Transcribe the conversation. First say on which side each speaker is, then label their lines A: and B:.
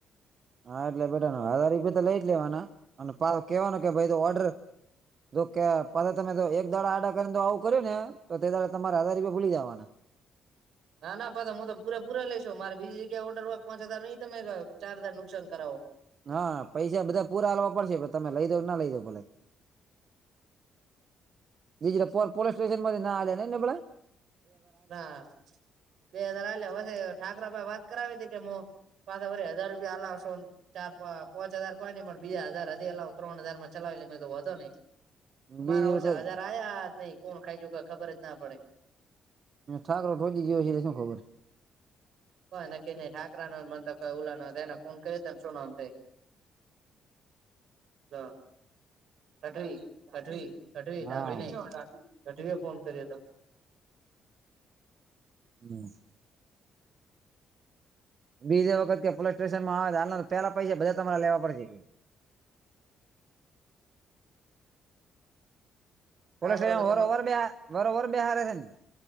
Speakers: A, on the right; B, on the right.
A: હા એટલે બેટા હજાર રૂપિયા તો લઈ જ લેવાના અને કેવાનું કે ભાઈ તો ઓર્ડર જોકે પલા તમે ત એક દડા આડા કરીને તો આવું કર્યું ને તો તે દાડા તમારે હજાર રૂપિયા ભૂલી જવાના
B: ના ના પદમ હું તો પૂરા પૂરા લઈશું મારે બીજી જગ્યા ઓર્ડર હોય પાંચ હજાર નઈ તમે ચાર હજાર નુકાસાન કરાવો
A: હા પૈસા બધા પૂરા હાલવા પડશે તમે લઈ દો ના લઈ દો ભલે જીજરે પોર પોલીસ સ્ટેશન માથી ન આવે ને નીબળા
B: ના બે હજાર હાલે ઠાકરા ભાઈ વાત કરાવી હતી કે હું પાછા વરી હજાર રૂપિયા આલા આવશો ચાર પ પોંચ હજાર કોય નઈ પણ બીજા હજાર હજી એટલા ત્રણ હજાર માં ચલાવે લે મે તો હતો નઈ તમારા
A: બીજી
B: ઓસા
A: વખત
B: હજાર આયા નઈ કોણ ખાઈ જુ ખબર જ ના પડે
A: ઠારોઢોઈ ગયો છે એલે શું ખબર
B: કોઈ ન નહી ઠાકરા ન મર કોઈ ઉલા ન એને ફોન કરને શું નામ થાય હ આઠવી આઠવી કઢવી ડાબી
A: હા
B: નહી કઢવી એ ફોન કર્યો હતો
A: હમ્મ બીજે વખતે કે પોલીસ સ્ટેશનમાં આવે પેલા પૈસા બધા તમારે લેવા પડે કે
B: ઠાકરો
A: પોલીસ સ્ટેશન
B: કે
A: વરો ઓવર બે વરવર બે હારે છે ને